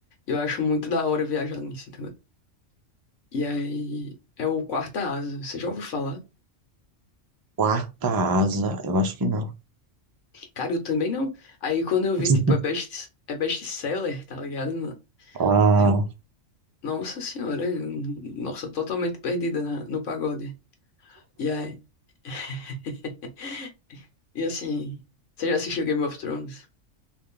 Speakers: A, on the left; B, on the right.
A: eu acho muito da hora viajar nisso, E aí é o Quarta Asa, você já ouviu falar?
B: quarta asa, eu acho que não.
A: Cara, eu também não. Aí quando eu
B: <laughs>
A: vi, tipo, é best, é best-seller, tá ligado?
B: Ah.
A: Aí eu, nossa senhora, eu- nossa, totalmente perdida na- no pagode. E aí, <laughs> e assim, você já assistiu Game of Thrones?